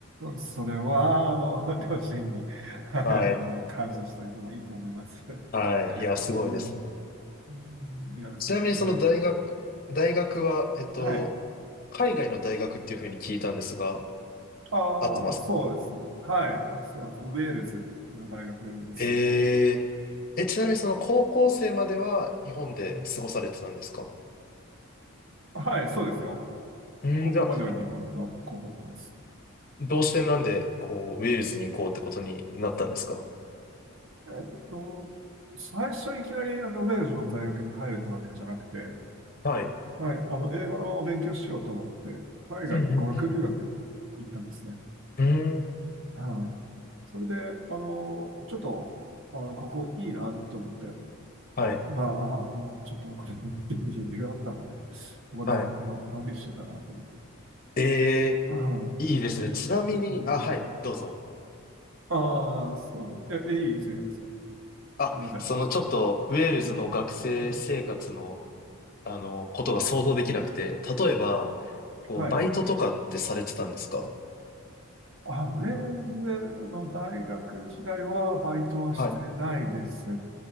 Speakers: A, on the right (about 60°); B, on the left (about 40°).
A: それは、あの、<laughs> 両親に、はい、
B: はい。
A: あの、感謝しておいてもいいと思います。<laughs>
B: はい。いや、すごいですね。
A: うん。うんいや、
B: ちなみにその大学、
A: そんなことないですよ。
B: 大学は、えっと、
A: はい。
B: 海外の大学っていうふうに聞いたんですが、
A: ああ、
B: 合ってますか
A: そうです。はい。あ、そうです。ウェールズの大学です。
B: えー、え、ちなみにその高校生までは日本で過ごされてたんですか
A: うんはい、そうですよ。
B: うん、
A: 高校までは日本の高校行ってます。
B: じゃあ、どうしてなんで、こう、ウェールズに行こうってことになったんですか
A: えっと、最初いきなりあのウェールズの大学に入れたわけじゃなくて、
B: はい。
A: はい、あの、英語の勉強しようと思って、海外に語学留学に行ったんですね。
B: うんうんうん。うん
A: はい。それで、あの、ちょっと、あの、ここいいなと思って、
B: はい、
A: まあ、あの、ちょっとお金持ってる人があったので、ここでの、
B: はい。
A: のんびりしようかなと思って。
B: え
A: あーで、
B: ー、いいですね。ちなみに、
A: うん、
B: あ、はい、どうぞ。
A: ああ、そうです。え、えいいですよ、いいですよ。
B: あ、
A: ごめんなさい。
B: そのちょっと、ウェールズの学生生活の、
A: うん、うん、
B: あの、ことが想像できなくて、例えば、こう、
A: はい。
B: バイトとかってされてたんですか
A: あ、ウェールズの大学時代はバイトはしてないです
B: はい。